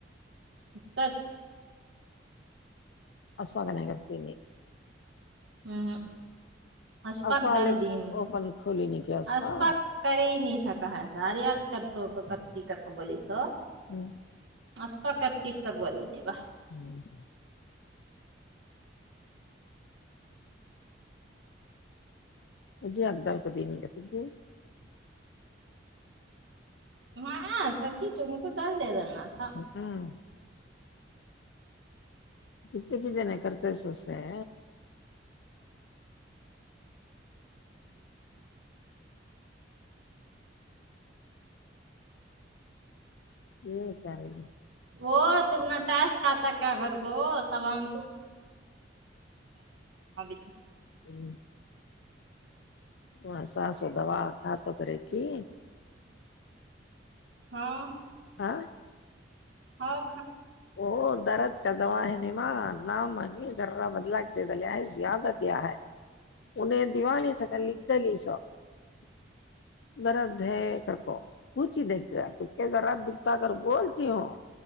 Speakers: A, on the right; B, on the left.
A: تچ
B: آسواگانگررتے
A: ہوں اشفق
B: اسوا والے
A: دال دی نہیں
B: اوپن کھولی نہیں کیا اسوا
A: اصفق کر نہیں سکا ہے سار آج کرتے کرتی کر ق بلی س
B: ہوں
A: آسفقت سا بلی نہیں با
B: مجھے م جے ا دار کو د نہیں گ تے
A: ہاں سچی چ ان کو دال دے دینا تھا
B: ہاں کتنے ک ج نہیں کرتے سو سےے یہ ساری گ
A: وہ تمنا ٹس کھاتا کیا گھر کو سبگ <unintelligible>
B: ہوں ہاں سا سو دوا کھات کرے کھی
A: ہاں
B: ہ
A: ہاں
B: <unintelligible> <unintelligible> <unintelligible> <unintelligible> دکھتا کر بولتی ہوں